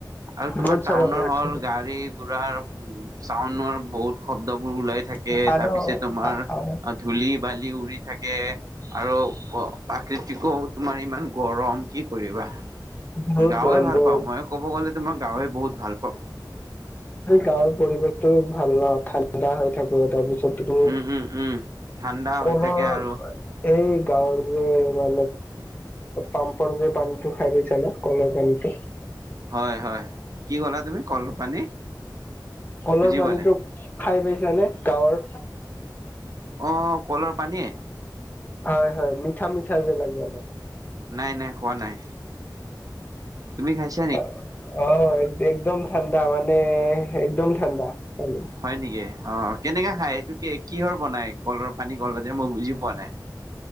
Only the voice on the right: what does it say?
আৰু তোমাৰ
টাউনৰ
হল
গাড়ী গুৰাৰ উম চাউনৰ বহুত শব্দ বোৰ ওলাই থাকে
তাৰ পিছে তোমাৰ
ধূলি বালি উৰি থাকে আৰু প্ৰাকৃতিও তোমাৰ ইমান গৰম কি গাঁৱে
ভাল
পাওঁ মই ক'ব গ'লে তোমাৰ গাঁৱে বহুত ভাল পাওঁ
উম উম উম ঠাণ্ডা
হৈ থাকে আৰু
হয় হয় কি ক'লা তুমি কলৰ পানী
বুজি
পোৱা নাই
অ কলৰ পানীৰ
নাই-নাই, খোৱা নাই। তুমি খাইছা <unintelligible>
হয় নেকি? অঁ কেনেকা খাই সেইটো, কি কিহৰ বনাই? কলৰ পানী কলা যে মই বুজি পোৱা নাই? <unintelligible>